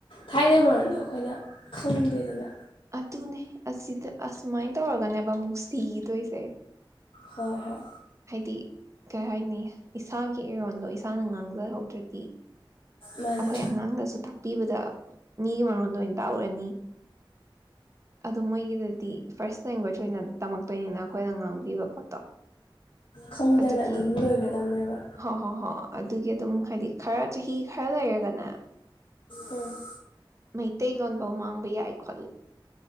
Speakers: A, on the left; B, on the right.
A: ꯊꯥꯏꯅ ꯃꯔꯣꯟꯗꯣ ꯑꯩꯈꯣꯏꯅ ꯈꯪꯗꯦꯗꯅ
B: ꯑꯗꯨꯅꯦ ꯑꯁꯤ ꯑꯁꯨꯃꯥꯏꯅ ꯇꯧꯔꯒꯅꯦꯕ ꯑꯃꯨꯛ ꯁꯤꯗꯣꯏꯁꯦ
A: ꯍꯣꯏ ꯍꯣꯏ
B: ꯍꯥꯏꯗꯤ ꯀꯩ ꯍꯥꯏꯥꯏꯅꯤ ꯏꯁꯥꯒꯤ ꯏꯔꯣꯟꯗꯣ ꯏꯁꯥꯅ ꯉꯥꯡꯖꯍꯧꯗ꯭ꯔꯗꯤ
A: ꯃꯥꯅꯦ
B: ꯑꯩꯈꯣꯏ ꯑꯉꯥꯡꯗꯁꯨ ꯊꯥꯛ ꯄꯤꯕꯗ ꯃꯤꯒꯤ ꯃꯔꯣꯟꯗ ꯑꯣꯏꯅ ꯇꯥꯛꯎꯔꯅꯤ ꯑꯗꯨꯣ ꯃꯣꯏꯒꯤꯗꯗꯤ ꯐꯥꯔꯁ ꯂꯦꯡꯒ꯭ꯋꯦꯖ ꯑꯣꯏꯅ ꯇꯝꯃꯛꯇꯣꯏꯅꯤꯅ ꯑꯩꯈꯣꯏꯅ ꯉꯥꯡꯕꯤꯕ ꯄꯣꯠꯇꯣ
A: ꯈꯪꯗꯅ
B: ꯑꯗꯨꯒꯤ
A: ꯑꯗꯨꯝ ꯂꯣꯏꯒꯗꯕꯅꯦꯕ
B: ꯍꯣ ꯍꯣꯏ ꯍꯣꯏ ꯑꯗꯨꯒꯤ ꯑꯗꯨꯝ ꯍꯥꯏꯗꯤ ꯈꯔ ꯆꯍꯤ ꯈꯔ ꯂꯩꯔꯒꯅꯦ
A: ꯎꯝ
B: ꯃꯩꯇꯩꯂꯣꯟꯐꯧ ꯃꯥꯡꯕ ꯌꯥꯏ ꯈꯣꯠꯂ